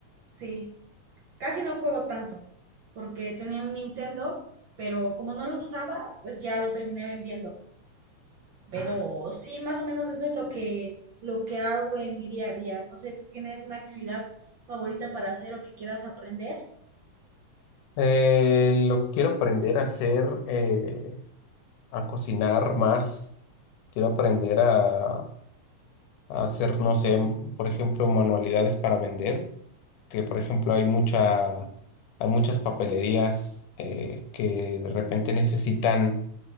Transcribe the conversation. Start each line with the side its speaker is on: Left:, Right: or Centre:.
Right: Sí, casi no juego tanto, porque tenía un Nintendo, pero como no lo usaba, pues ya lo terminé vendiendo. Pero sí, más o menos eso es lo que, lo que hago en mi día a día. No sé, ¿tú tienes una actividad favorita para hacer o que quieras aprender?
Left: Eh, lo quiero aprender a hacer, eh, a cocinar más. Quiero aprender a, a hacer, no sé, m- por ejemplo, manualidades para vender, que por ejemplo hay mucha, hay muchas papelerías eh, que de repente necesitan